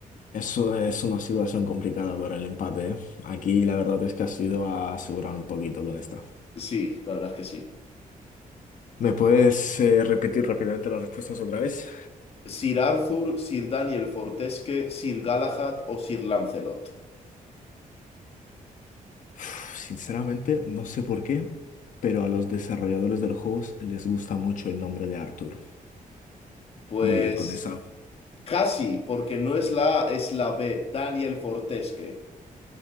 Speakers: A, on the left; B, on the left.
A: eso es una situación complicada para el empate, ¿eh? Aquí la verdad es que has ido a asegurar un poquito con esta.
B: Sí, la verdad es que sí.
A: ¿Me puedes eh, repetir rápidamente las respuestas otra vez?
B: Sir Arthur, Sir Daniel Fortesque, Sir Galahad o Sir Lancelot.
A: Uf, Sinceramente, no sé por qué, pero a los desarrolladores de los juegos les gusta mucho el nombre de Arthur.
B: Pues
A: Voy a ir con esa.
B: casi, porque no es la A, es la B, Daniel Fortesque.